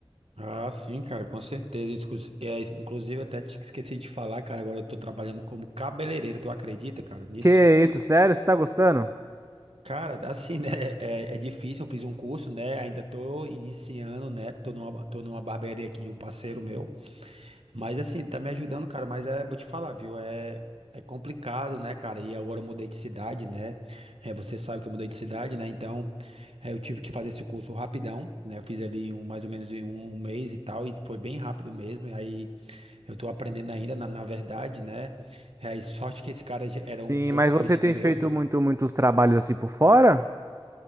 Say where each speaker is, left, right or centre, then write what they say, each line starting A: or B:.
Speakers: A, on the right; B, on the right.
A: Ah, sim, cara, com certeza. Escu- é, inclusive, eu até te esqueci de falar, cara. Agora eu tô trabalhando como cabeleireiro. Tu acredita, cara, nisso?
B: Que isso, sério? Você tá gostando?
A: Cara, assim, né? É, é difícil. Eu fiz um curso, né? Ainda tô iniciando, né? Tô numa, tô numa barbearia aqui de um parceiro meu. Mas assim, ele tá me ajudando, cara, mas é, vou te falar, viu? É, é complicado, né, cara? E agora eu mudei de cidade, né? É, você sabe que eu mudei de cidade, né? Então, é, eu tive que fazer esse curso rapidão, né? Eu fiz ali em um, mais ou menos em um, um mês e tal, e foi bem rápido mesmo. E aí eu tô aprendendo ainda, na, na verdade, né? É, e sorte que esse cara já era
B: Sim,
A: um co-
B: mas
A: um
B: você
A: conhecido
B: tem
A: meu,
B: feito muito, muitos trabalhos assim por fora?